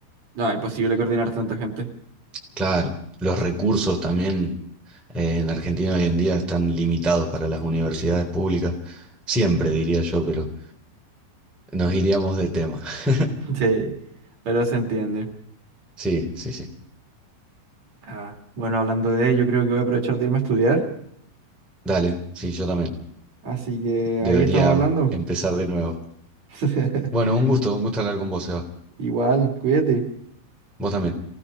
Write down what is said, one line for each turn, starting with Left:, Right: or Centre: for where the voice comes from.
Right: No, imposible coordinar tanta gente.
Centre: claro, los recursos también eh, en Argentina hoy en día están limitados para las universidades públicas. Siempre, diría yo, pero nos iríamos de tema. <laughs>
Right: <laughs> Sí, pero se entiende.
Centre: Sí, sí, sí.
Right: Ah, bueno, hablando de ello, creo que voy a aprovechar de irme a estudiar.
Centre: Dale, sí, yo también.
Right: Así que
Centre: Debería
Right: ahí estamos hablando.
Centre: empezar de nuevo.
Right: <laughs>
Centre: Bueno, un gusto, un gusto hablar con vos, Seba.
Right: Igual, cuídate.
Centre: Vos también.